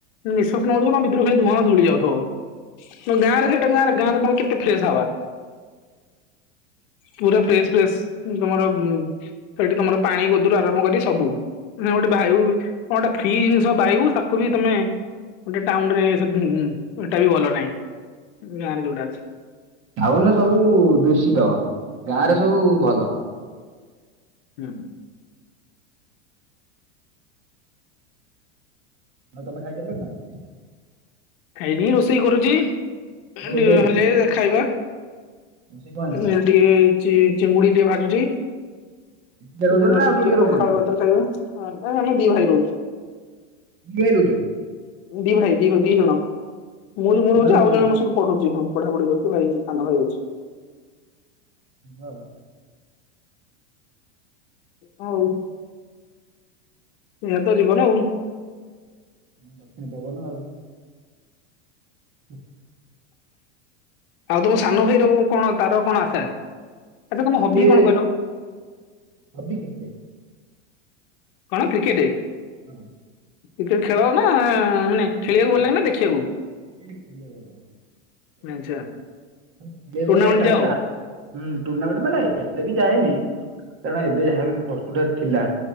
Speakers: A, on the left; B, on the right.
A: ନିଶ୍ୱାସ ନୋଉଥିବ ଭିତରକୁ ଖାଲି ଧୂଆଁ ଧଳି ଯାଉଥିବ ତ ଗାଁରେ ସେଇଟା ଗାଁରେ ଗାଁରେ ତମେ କେତେ ଫ୍ରେଶ ହବା ପୁରା ଫ୍ରେଶ ଫ୍ରେଶ ତମର ସେଠି ତମର ପାଣି ଗୋଦରୁ ଆରମ୍ଭ କରି ସବୁ ଗୋଟେ ବାୟୁ କଣ ଗୋଟେ ଫ୍ରି ଜିନିଷ ବାୟୁ ତାକୁ ବି ତମେ ଗୋଟେ ଟାଉନ ରେ ସେଟା ବି ଭଲ ନାହିଁ ଗାଁ ରେ ଯୋଉଟା ଅଛି।
B: ବାୟୁ ସବୁ ଦୂଷିତ ଗାଁରେ
A: ହୁଁ
B: ସବୁ ଭଲ।
A: ହୁଁ।
B: ଆଉ ତମେ ଖାଇ ସାରିଲଣି ନା?
A: ଖାଇବି ରୋଷେଇ କରୁଛି
B: କଣ
A: ହେଲେ
B: ରୋଷେଇ ଆଜି?
A: ଖାଇବା।
B: ରୋଷେଇ କଣ ହେଇଛି?
A: ଏ ଟିକେ ଚିଙ୍ଗୁଡି ଟିକେ ଭାଜୁଛି।
B: ଏକୁଟିଆ ରହୁଛନ୍ତି
A: ମୁଁ ଆଜି
B: ନା ଆଉ କିଏ
A: ଟିକେ
B: କିଏ
A: ପଖାଳ
B: ରହୁଛନ୍ତି?
A: ଭାତରେ ଖାଇବା ଦି ଭାଇ ରହୁଛୁ।
B: <unintelligible>
A: ଦି ଭାଇ ଦି ଦି ଜଣ। ମୁଁ ମୋର ରହୁଛି
B: ମାନେ
A: ଆଉ ଜଣମୋ ସହିତ ପଢୁଛି ହଁ ପଢାପଢି କରୁଚି ଭାଇ ସାନ ଭାଇ ଅଛି।
B: ହଁ।
A: ହଉ। ଏ ତ ଯିବନି ଆଉ।
B: ଦକ୍ଷିଣ ପବନ ଆଉ। <inaudible>
A: ଆଉ ତୁମ ସାନ ଭାଇ ର କଣ ତାର କଣ ଆଶା? ଆଚ୍ଛା ତମ ହବି
B: ଯେ
A: କଣ କହିଲ?
B: ହବି କ୍ରିକେଟ
A: କଣ କ୍ରିକେଟ୍।
B: ହଁ
A: କ୍ରିକେଟ ଖେଳ ନା ମାନେ ଖେଳିବାକୁ
B: ନା ନା
A: ଭଲ ଲାଗେ
B: ମାନେ
A: ଦେଖିବାକୁ?
B: କ୍ରିକେଟ ଖେଳିବା <unintelligible>
A: ଆଚ୍ଛା
B: ସେ
A: ଟୁର୍ଣ୍ଣାମେଣ୍ଟ
B: ବଲେ ତା
A: ଯାଅ
B: ସହିତ
A: ହୁଁ
B: ଆ ହୁଁ ଟୁର୍ଣ୍ଣାମେଣ୍ଟ ମାନେ ଏତେ ବି ଯାଏନି କାରଣ ଏବେ ଯାହାବି <unintelligible> ଥିଲା।